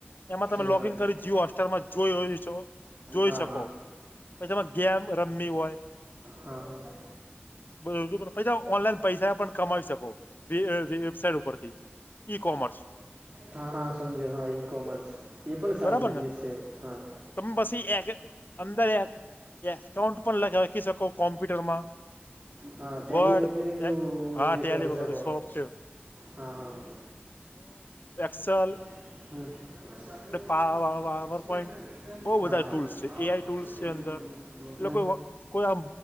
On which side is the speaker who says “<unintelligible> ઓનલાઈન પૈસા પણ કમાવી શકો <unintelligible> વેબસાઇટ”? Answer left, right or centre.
Left